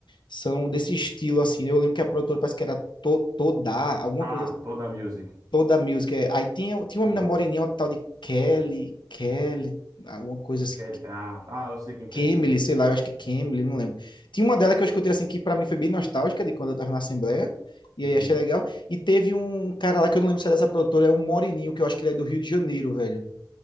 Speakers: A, on the left (about 80°); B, on the right (about 50°).
A: são desse estilo, assim. né? Eu lembro que a produtora parece que era to, Toda, alguma
B: Ah,
A: coisa, assim,
B: Toda a Music.
A: Toda Music. é. Aí tinha,
B: Muito
A: tinha uma menina
B: bom.
A: moreninha, uma tal de Kelly, Kelly, alguma coisa assim.
B: Ele- Ah, ah, eu sei quem que
A: Kemily,
B: é esse. esse.
A: sei lá, eu acho que é Kemily, não lembro. Tinha uma dela que eu escutei assim que pra mim foi bem nostálgica de quando eu tava na Assembleia, e
B: Uhum,
A: aí achei legal. E teve um cara lá que eu não lembro se era dessa produtora, é o Moreninho que eu acho que ele é do Rio de Janeiro, velho.